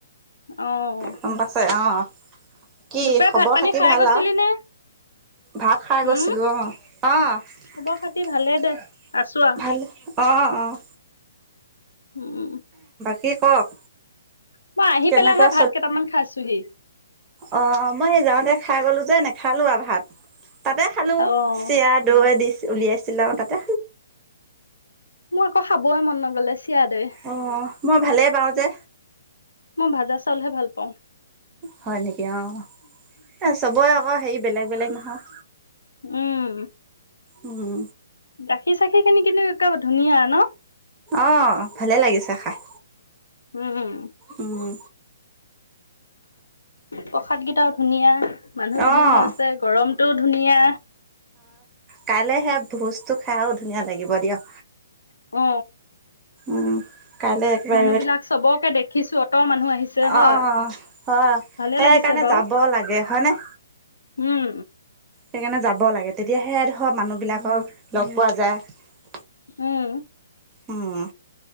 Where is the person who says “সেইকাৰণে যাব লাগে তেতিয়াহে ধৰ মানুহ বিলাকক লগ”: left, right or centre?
Right